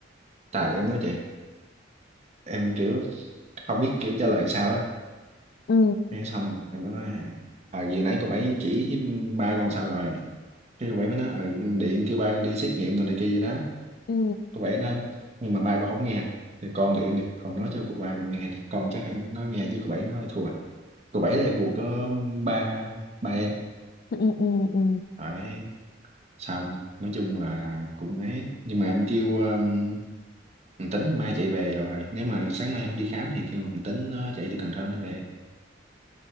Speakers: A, on the right; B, on the left.
A: tại em nói trời em kiểu không biết kiểu trả lời sao á
B: Ừ.
A: nghe xong em mới nói à gì nãy cô bảy chỉ với ba con sao rồi cái cậu bảy mới nói ừ, điện kêu ba con đi xét nghiệm rồi này kia gì đó
B: Ừ.
A: cậu bảy nói nhưng mà ba con không nghe à." thì con điện đi còn nói cho cậu ba con nghe thì con chắc hãy nói nghe chứ cậu bảy nói thua cậu bảy là em ruột có ba ba em
B: Ừ. Ừ. Ừ. Ừ.
A: phải xong nói chung là cũng ấy nhưng mà em kêu um, thằng Tính mai chạy về rồi nếu mà sáng mai không đi khám thì kêu thằng Tính nó chạy từ Cần Thơ nó về